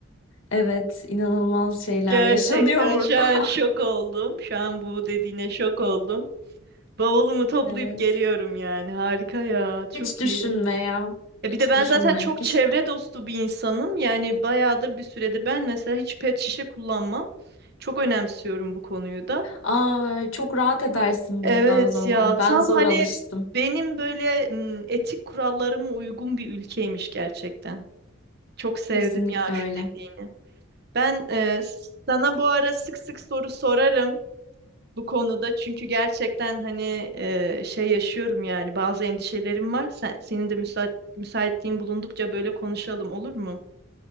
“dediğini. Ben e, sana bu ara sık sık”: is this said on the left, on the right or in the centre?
Right